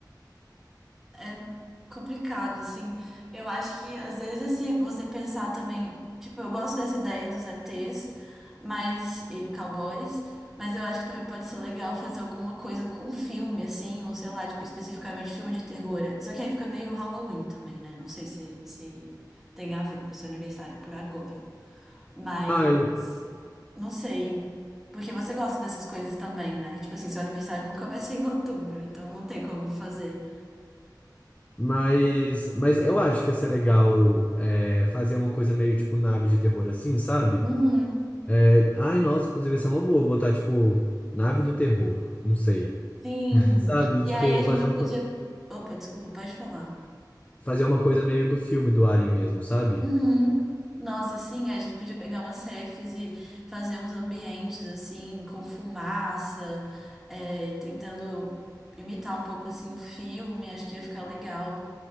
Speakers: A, in the centre; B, on the left.
A: É complicado, assim. Eu acho que às vezes se você pensar também, tipo, eu gosto dessa ideia dos ETs, mas e cowboys, mas eu acho que também pode ser legal fazer alguma coisa com filme, assim, ou sei lá, tipo, especificamente filme de terror. Só que aí fica meio Halloween também, né? Não sei se, se tem a ver, porque o seu aniversário é por agora. Mas
B: Ah,
A: não sei. Porque você gosta dessas coisas também, né? E tipo assim, seu aniversário nunca vai ser em outubro, então não tem como fazer.
B: Mas, mas eu acho que ia ser legal é, fazer uma coisa meio tipo nave de terror assim, sabe?
A: Uhum.
B: É, ai, nossa, inclusive ia ser uma boa botar tipo nave do terror, não sei.
A: Sim.
B: <laughs> Sabe?
A: E
B: Tipo,
A: aí a gente
B: fazer uma,
A: podia.
B: coi-
A: Opa, desculpa, pode falar.
B: fazer uma coisa meio do filme do Alien mesmo, sabe?
A: Uhum. Nossa, sim, a gente podia pegar umas refs e fazer uns ambientes assim, com fumaça, é, tentando imitar um pouco assim o filme, acho que ia ficar legal.